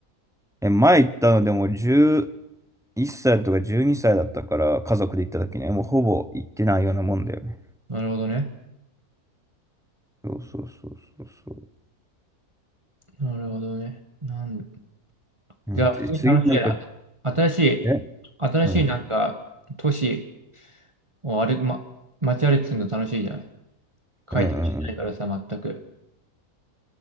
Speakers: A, in the centre; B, on the right.
A: え、前行ったのでも11歳とか12歳だったから、家族で行った時ね、もうほぼ行ってないようなもんだよね。
B: なるほどね。
A: そうそうそうそうそう。
B: なるほどね。なんで、
A: うん、
B: じゃあ、
A: で、
B: 普通に楽しいなと。
A: 次なんか、
B: 新しい、
A: え、
B: 新しいなんか、
A: うん、
B: 都市を歩く、ま、街歩きするの楽しいじゃない。書いてないからさ、
A: うん、うん。
B: 全く。